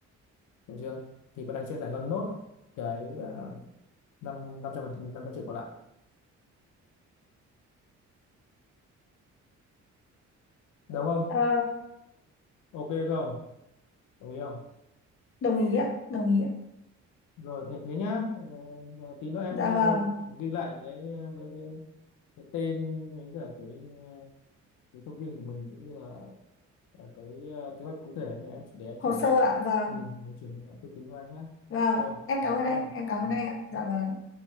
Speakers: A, on the left; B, on the left.
A: được chưa thì bọn anh sẽ giải ngân nốt cái uh, năm năm trăm phần năm trăm triệu còn lại đúng không
B: Ờ,
A: ok không đồng ý không
B: đồng ý ạ đồng ý ạ
A: rồi thế thế nhá Ờ, ờ, tí nữa em
B: dạ vâng
A: ờ, ghi lại cái, cái, cái cái tên với cả cái ờ, cái thông tin của mình cũng như là, là cái ờ, kế hoạch cụ thể này em để em
B: hồ
A: chuyển
B: sơ
A: cho bạn
B: ạ vâng
A: ừ, để chuyển cho bạn tư vấn của anh nhé
B: vâng
A: ok
B: em
A: cảm
B: cảm ơn
A: ơn
B: anh
A: em
B: em cảm
A: ừ,
B: ơn anh
A: cảm
B: ạ
A: ơn
B: dạ vâng